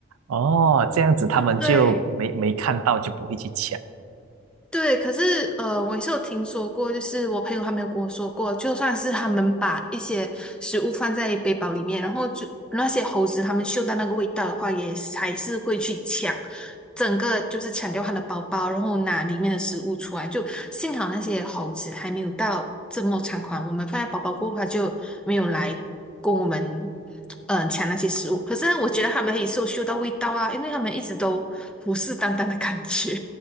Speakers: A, on the right; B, in the centre.
A: 哦，这样子他们就没没看到，
B: 对
A: 就不会去抢。
B: 对，可是呃，我也是有听说过，就是我朋友还没有跟我说过，就算是他们把一些食物放在背包里面，然后就那些猴子他们嗅到那个味道的话，也是还是会去抢，整个就是抢掉他的包包，然后拿里面的食物出来。就幸好那些猴子还没有到这么猖狂，我们放在包包过后，它就没有来跟我们。嗯，呃抢那些食物，可是我觉得他们也是有嗅到味道啊，因为他们一直都虎视眈眈的感觉。